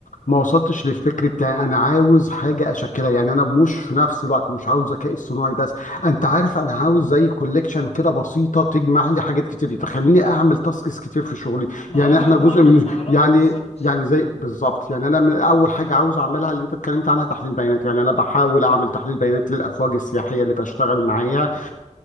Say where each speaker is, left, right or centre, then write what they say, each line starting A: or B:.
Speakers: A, on the left; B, on the left.
A: ما وصلتش للفكر بتاعي انا عاوز حاجه اشكلها يعني انا مش في نفس الوقت مش عاوز ذكاء اصطناعي بس انت عارف انا عاوز زي كوليكشن كده بسيطه تجمع لي حاجات كتير تخليني اعمل تاسكس كتير في شغلي
B: ما
A: يعني
B: هو مجموعه
A: احنا جزء
B: من
A: من
B: المهارات
A: يعني
B: بالظبط
A: يعني زي بالظبط يعني انا من اول حاجه عاوز اعملها اللي انت اتكلمت عنها تحليل بيانات يعني انا بحاول اعمل تحليل بيانات للافواج السياحيه اللي بشتغل معاها